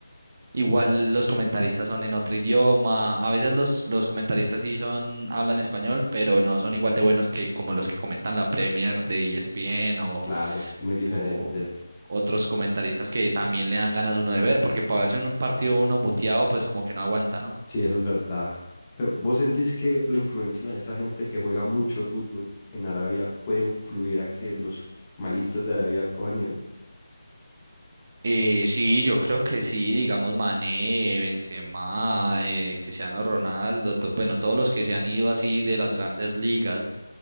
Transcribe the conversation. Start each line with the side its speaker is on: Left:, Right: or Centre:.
Right: Igual los comentaristas son en otro idioma. A veces los, los comentaristas sí son, hablan español, pero no son igual de buenos que como los que comentan la Premier de ESPN o,
Left: Claro, muy diferente.
Right: o otros comentaristas que también le dan ganas uno de ver, porque para verse un partido uno muteado, pues como que no aguanta, ¿no?
Left: Sí, eso es verdad. Pero ¿vos sentís que la influencia de esa gente que juega mucho fútbol en Arabia puede influir a que los malitos de Arabia cojan nivel?
Right: Eh, sí, yo creo que sí, digamos Mané, Benzema, eh, Cristiano Ronaldo, to- bueno, todos los que se han ido así de las grandes ligas